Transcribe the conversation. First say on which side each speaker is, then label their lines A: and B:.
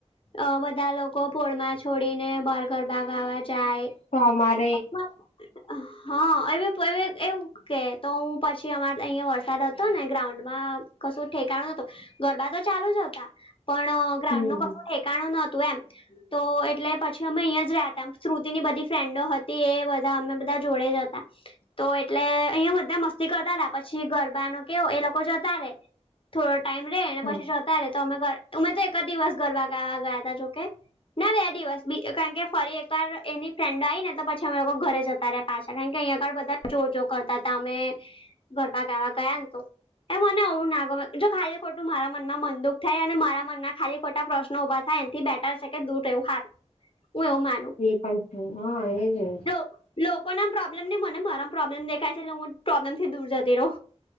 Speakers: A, on the left; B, on the left.
A: અ બધા લોકો પોળમાં છોડીને બાહર ગરબા ગાવા જાય.
B: સમારે
A: <inaudible> હા એ <unintelligible> એ એવું ઓકે તો હું પછી અમારે અહિયાં વરસાદ હતો ને ગ્રાઉન્ડ માં કશું ઠેકાણું નતું ગરબા તો ચાલુ જ હતા પણ
B: હમ
A: ગ્રાઉન્ડ નો કસો ઠેકાણું નતું એમ તો એટલે પછી અમે અહીં જ રહતા શ્રુતિની બધી ફ્રેન્ડો હતી એ બધા અમે બધા જોડે જતા તો એટલે અહીયા બધા મસ્તી કરતાતા પછી ગરબાનો કેવો એ લોકો જતા રે થોડો ટાઈમ રે ને
B: હા
A: પછી જોતા રે તો અમે અમેતો એક જ દિવસ ગરબા ગાવા ગયા હતા જોકે ના બે દિવસ કારણ કે ફરી એકવાર એની ફ્રેન્ડ આવી ને તો પછ પછી અમે લોકો ઘરે જતા રહ્યા પાછા કારણ કે આગળ બધા જોર કરતા હતા અમે ગરબા ગાવા ગયા ને તો એ મને એવું ના ગમે જો ખાલી ખોટું મારા મનમાં મનંદુખ થાય અને મારા મનમાં ખાલી ખોટા પ્રશ્નો ઊભા થાય ને થી બેઠા છે કે દૂર રહેવું સારું, હું એવું માનું
B: એ પણ તો હા એ જ ને
A: લોક લોકો ના પ્રોબ્લેમ ની મને મારા પ્રોબ્લેમ દેખાય છેટલે હું પ્રોબ્લેમ થી દૂર જતી રહો.